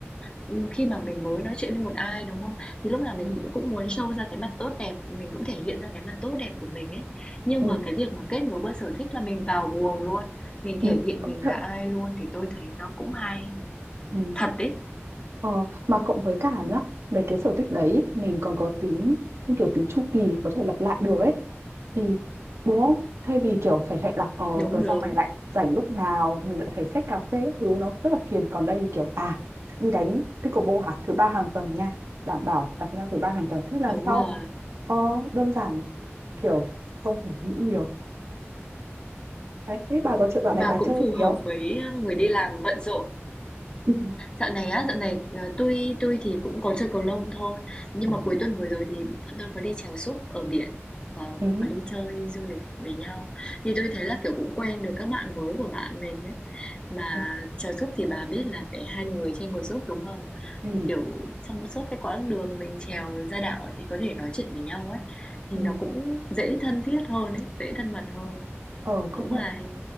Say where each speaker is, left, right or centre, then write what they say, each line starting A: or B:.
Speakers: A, on the left; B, on the right.
A: ừm, khi mà mình mới nói chuyện với một ai đúng không? Thì lúc nào
B: ừ
A: mình cũng cũng muốn show ra cái mặt tốt đẹp, mình cũng thể hiện ra cái mặt tốt đẹp của mình ấy. Nhưng
B: ừ,
A: mà cái việc mà kết nối qua sở thích là mình vào guồng luôn, mình
B: ừ.
A: thể hiện
B: công
A: mình là
B: nhận.
A: ai luôn thì tôi thấy nó cũng hay.
B: Ừ.
A: Thật đấy,
B: Ờ, mà cộng với cả nhá, đấy cái sở thích đấy mình còn có tính như kiểu tính chu kỳ có thể lặp lại được ấy thì đúng không? Thay vì kiểu phải hẹn là ờ
A: đúng
B: tuần
A: đúng,
B: sau mày lại rảnh lúc nào mình lại phải xách cà phê các thứ nó rất là phiền còn đây thì kiểu à đi đánh pickleball hả thứ ba hàng tuần nha đảm bảo gặp nhau thứ ba hàng tuần thế là
A: đúng
B: sau
A: rồi.
B: ờ, đơn giản kiểu không phải nghĩ nhiều đấy thế bà có chuyện đoạn
A: Mà
B: này bà
A: cũng
B: chơi
A: phù hợp
B: gì không
A: với người đi làm bận rộn.
B: Ừ.
A: Dạo này á, dạo này, ờ, tôi tui thì cũng có chơi cầu lông thôi, nhưng
B: Ừ.
A: mà cuối tuần vừa rồi thì bọn tôi có đi chèo súp ở biển, ờ,
B: Ừ.
A: và có đi chơi du lịch với nhau. Thì tôi thấy là kiểu cũng quen được các bạn mới của bạn mình ấy. Mà
B: Ừ.
A: chèo súp thì bà biết là phải hai người trên một súp đúng không?
B: Ừ.
A: Thì kiểu trong suốt cái quãng đường mình chèo ra đảo thì có thể nói chuyện với nhau ấy, thì
B: Ừ.
A: nó cũng dễ thân thiết hơn ấy, dễ thân mật hơn.
B: Ờ, công
A: Cũng
B: nhận
A: hay.